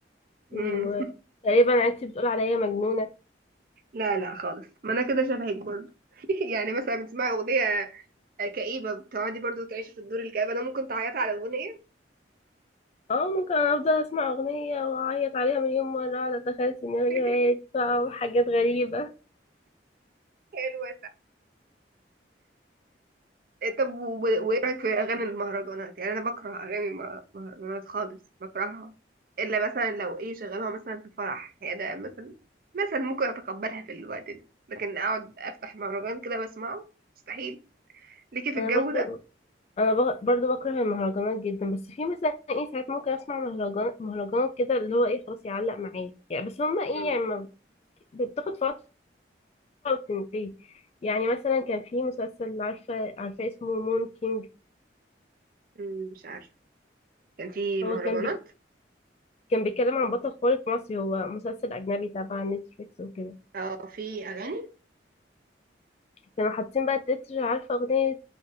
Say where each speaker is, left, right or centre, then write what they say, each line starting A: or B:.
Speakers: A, on the left; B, on the right.
A: وتقريبا
B: امم <laughs>
A: انت بتقول عليا مجنونة
B: لا لا خالص ما انا كده شبهك برضو <laughs> يعني مثلا بتسمعي اغنيه كئيبه بتقعدي برضو تعيشي في الدور الكئيب انا ممكن تعيطي على اغنيه
A: اه ممكن أنا افضل اسمع اغنية واعيط عليها مليون مرة اقعد اتخيل سيناريوهات
B: <laughs>
A: بقى وحاجات غريبة
B: حلوه إيه طب و- و- وايه رايك في اغاني المهرجانات يعني انا بكره اغاني المهرجانات خالص بكرهها الا مثلا لو ايه شغلوها مثلا في فرح هي ده مثلا مثلا ممكن اتقبلها في الوقت ده لكن اقعد افتح مهرجان كده واسمعه مستحيل ليكي في
A: انا
B: الجو
A: برضو
B: ده
A: انا بق- برضو بكره المهرجانات جدا بس في مثلا ايه ساعات ممكن اسمع مهرجان مهرجان كده اللي هو ايه خلاص يعلق معايا يعني بس هما ايه
B: مم.
A: يعني ما- بت- بتاخد فترة تنتهي يعني مثلا كان في مسلسل عارفة عارفة اسمه مون كينج
B: مم، مش عارفه كان في
A: هو
B: مهرجانات
A: كان بي كان بيتكلم عن بطل خارق مصري هو مسلسل أجنبي تبع نتفليكس وكده
B: اه في اغاني
A: كانوا حاطين بقى التتر عارفة أغنية